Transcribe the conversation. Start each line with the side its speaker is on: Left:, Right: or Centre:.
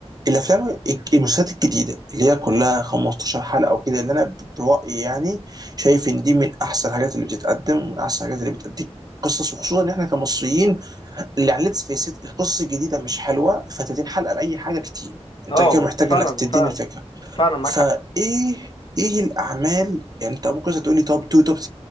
Right: الافلام الك- المسلسلات الجديده اللي هي كلها
Left: مم.
Right: 15 حلقه وكده اللي انا برايي يعني شايف
Left: مم.
Right: ان دي من احسن الحاجات اللي بتتقدم ومن احسن الحاجات اللي بتديك قصص وخصوصا ان احنا كمصريين اللي على ليتس فيس القصص الجديده مش حلوه ف 30 حلقه لاي حاجه كتير انت
Left: اه
Right: كده محتاج
Left: فعلا
Right: انك تديني
Left: فعلا
Right: الفكره
Left: فعلا معاك
Right: فايه
Left: حق
Right: ايه الاعمال يعني انت ممكن تقول لي توب 2 توب 3